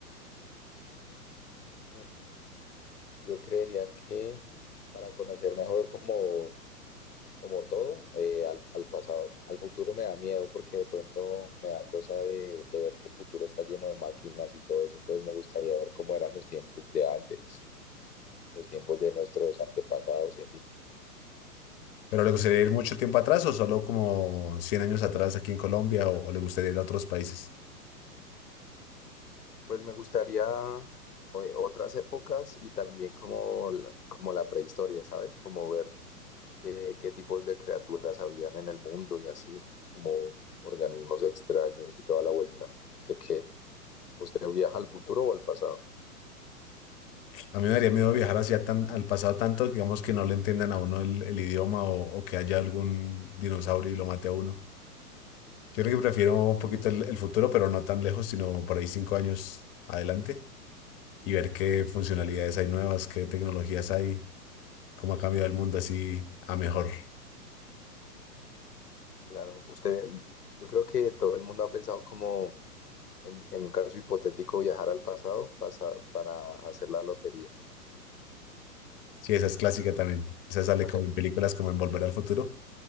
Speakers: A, on the left; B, on the left.
A: Mm. Yo creería que para conocer mejor como, como todo, eh, al, al pasado, al futuro me da miedo porque de pronto me da cosa de, de ver que el futuro está lleno de máquinas y todo eso, entonces me gustaría ver cómo eran los tiempos de antes, los tiempos de nuestros antepasados y así.
B: ¿Pero le gustaría ir mucho tiempo atrás o solo como 100 años atrás aquí en Colombia o, o le gustaría ir a otros países?
A: Pues me gustaría o- otras épocas y también como la, como la prehistoria, ¿sabes? Como ver qué, qué tipos de criaturas habían en el mundo y así, como organismos extraños y toda la vuelta. ¿Usted qué? ¿Usted viaja al futuro o al pasado?
B: A mí me daría miedo viajar hacia tan, al pasado tanto, digamos, que no le entiendan a uno el, el idioma o, o que haya algún dinosaurio y lo mate a uno. Yo creo que prefiero un poquito el, el futuro, pero no tan lejos, sino por ahí cinco años adelante y ver qué funcionalidades hay nuevas, qué tecnologías hay, cómo ha cambiado el mundo así a mejor.
A: Claro, usted, yo creo que todo el mundo ha pensado como en, en un caso hipotético viajar al pasado pasa- para hacer la lotería.
B: Sí, esa es clásica también. Esa sale
A: <laughs>
B: como en películas como en Volver al Futuro.